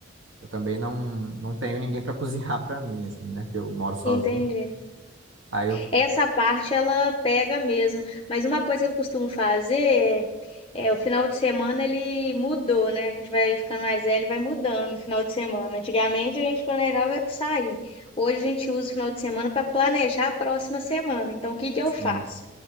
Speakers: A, on the right; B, on the left.
A: eu também não não tenho ninguém pra <laughs> cozinhar pra mim assim, né, que eu moro sozinho.
B: entendi.
A: Aí eu
B: Essa parte ela pega mesmo, mas uma coisa que eu costumo fazer é, é o final de semana ele mudou, né? A gente vai ficando mais velho, e vai mudando no final de semana. Antigamente a gente planejava sair. Hoje a gente usa o final de semana para planejar a próxima semana. Então o que que
A: sim,
B: eu faço?